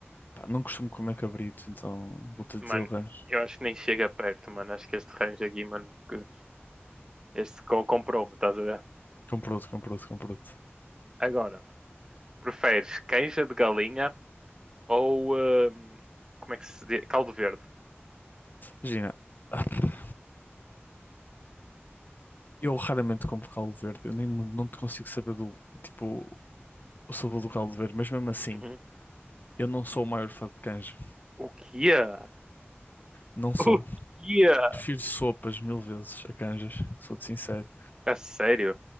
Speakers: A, on the left (about 45°); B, on the right (about 15°).
A: pá, não costumo comer cabrito, então vou-te
B: mano,
A: dizer o rancho.
B: eu acho que nem chega perto, mano. Acho que este range aqui, mano, que- este co- comprou-me, estás a ver?
A: Compro-te, comprou te comprou te
B: Agora, preferes canja de galinha ou, hum, como é que se diz? Caldo verde.
A: Imagina, <laughs> eu raramente compro caldo verde, eu nem, não te consigo saber do, tipo, o sabor do caldo verde, mas mesmo assim,
B: Uhum.
A: eu não sou o maior fã de canja.
B: O que é?
A: Não sou.
B: O que é?
A: Prefiro sopas mil vezes a canjas, sou-te sincero.
B: A sério?